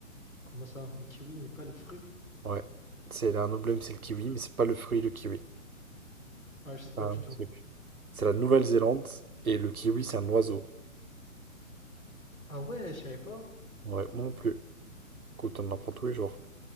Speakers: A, on the left (about 70°); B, on the right (about 85°).
A: Comment ça? Un kiwi, mais pas le fruit?
B: ouais. C'est un emblème, c'est le kiwi, mais c'est pas le fruit, le kiwi.
A: Ouais, je sais pas
B: C'est un
A: du
B: autre
A: tout.
B: truc. C'est la Nouvelle-Zélande, et le kiwi, c'est un oiseau.
A: Ah ouais, je savais pas.
B: Ouais, moi non plus. Écoute, on en apprend tous les jours.